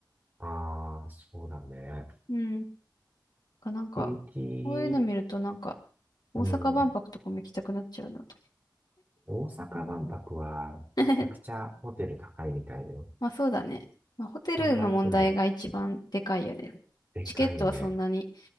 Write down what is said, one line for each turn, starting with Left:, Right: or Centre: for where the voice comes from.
Right: ああ、そうだね。アク
Left: うん。かなんか、
Right: ティビティ、
Left: こういうの見るとなんか、
Right: うん。
Left: 大阪万博とかも行きたくなっちゃうなと。
Right: 大阪万博は、
Left: <laughs>
Right: めちゃくちゃホテル高いみたいだよ。
Left: まあそうだね。まあホテルの問題が一番でかいよね。
Right: 3倍くらい。でかいね。
Left: チケットはそんなに